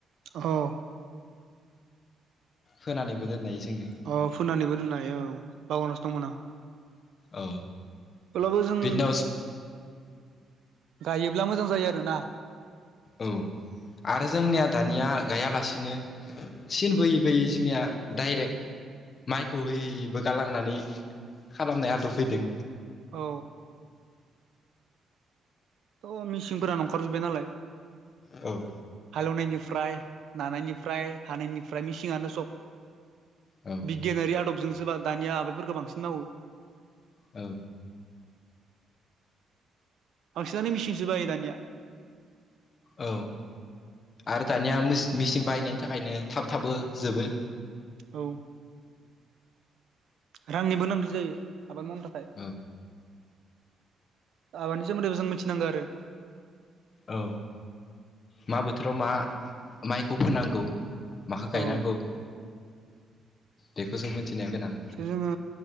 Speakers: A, on the right; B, on the left.
A: औ
B: फोनानैबो दोननाय जोङो
A: अ फुननानैबो दोननाय औ बावनासो दंमोन आं।
B: औ
A: अब्लाबो जों।
B: बिनि उनाव
A: गायोब्ला मोजां जायो आरो ना।
B: औ आरो जोंनिया दानिया गायालासिनो। सिन बोयै बोयै जोंनिया डाइरेक्ट माइखौ हैबो गालांनानै खालामनाय आदब फैदों।
A: औ। थ' मिसिनफोरान ओंखारजोबबाय नालाय।
B: औ।
A: हालेवनायनिफ्राय नानायनिफ्राय हानायनिफ्राय मेसिंयानो सब।
B: औ
A: बिगियानारि आदबजों सो दानिया आबादफोरखौ बांसिन मावो।
B: औ
A: बांसिनानो मिसिंसो बाहायो दानिया।
B: औ आरो दानिया मेचिन बायनायनि थाखायनो थाब थाबो जोबो।
A: औ। रांनिबो गोनांथि जायो आबाद मावनो थाखाय।
B: औ
A: आबादनि सोमोन्दै जों मिथिनांगौ आरो।
B: औ मा बोथोराव मा माइखौ फोनांगौ माखौ गायनांगौ
A: औ
B: बेखौ जों मिथिनो गोनां।
A: एसे जोङो